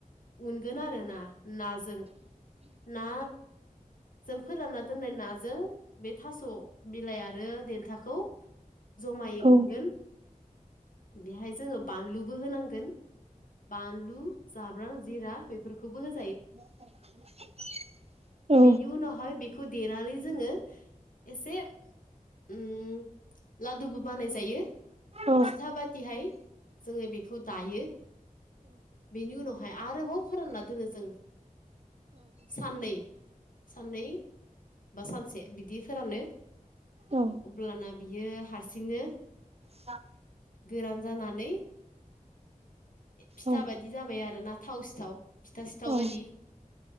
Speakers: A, on the left; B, on the right.
A: उनगोन आरो ना नाजों। ना जों फोरानना दोननाय नाजों बे थास' बिलाइ आरो देनथाखौ जमायै
B: औ
A: उनगोन बेहाय जोङो बानलु बो होनांगोन। बानलु जाब्रां जिरा बेफोरखौबो हो
B: <unintelligible> औ
A: बेनि उनावहाय बेखौ देनानै जोङो एसे उ लादुबो बानाय जायो।
B: औ
A: फिथा बादिहाय जोङो बेखौ दायो। बेनि उनावहाय आरोबाव फोरानना दोनो जों साननै साननै बा सानसे बिदि फोरानो।
B: औ
A: अब्लाना बियो हारसिंनो
B: सा
A: गोरान जानानै फिथा
B: औ
A: बायदि जाबाय आरो ना थाव सिथाव फिथा सिथाव
B: औ
A: बायदि।